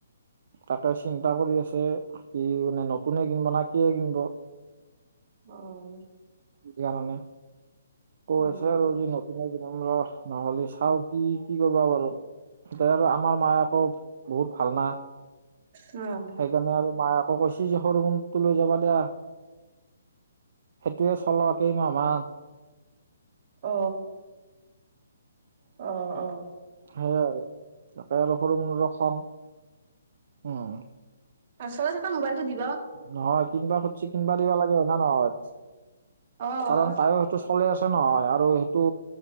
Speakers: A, on the right (about 60°); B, on the right (about 40°).
A: তাকে চিন্তা কৰি আছে কি মানে নতুনে কিনিব না কিয় কিনিব
B: অ',
A: ইৰ কাৰণে কৈ
B: উম,
A: আছে আৰু যি নতুনে কিনব ৰ নহ'লে চাও কি কি কৰিবা পাৰু এতিয়া আৰু আমাৰ মায়ে আকৌ বহুত ভাল না
B: অ',
A: সেইকাৰণে আৰু মায়ে আকৌ কৈছি যি সৰু মুনুৰটো লৈ যাবা দিয়া সেইটোৱে চল কেইমাহ মান
B: অ অ অ
A: সেইয়ে আৰু তাকে আৰু সৰু মুনুৰো খং উম
B: তাৰ চলে থাকা মোবাইলটো দি
A: নহয় কিনিবা খুজছি কিনবা দিবা লাগে হয় না নহয়।
B: অ',
A: কাৰণ তাইও সেইটো চলে আছে। আছে নহয় আৰু সেইটো